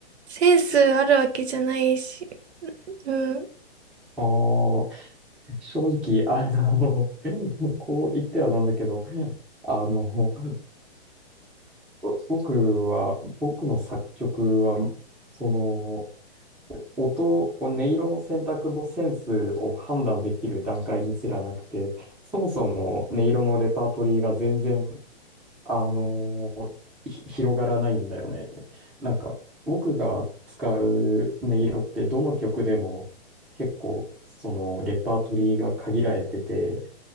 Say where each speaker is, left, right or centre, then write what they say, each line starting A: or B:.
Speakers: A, on the right; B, in the centre.
A: センスあるわけじゃないし、うん、
B: あー正直、あの、<laughs> こう言ってはなんだけど、<laughs> あの、おお僕は、僕の作曲は、その、音、を音色の選択のセンスを判断できる段階にすらなくて、そもそも音色のレパートリーが全然、あのひ広がらないんだよね。なんか、僕が使う音色ってどの曲でも結構、そのレパートリーが限られてて、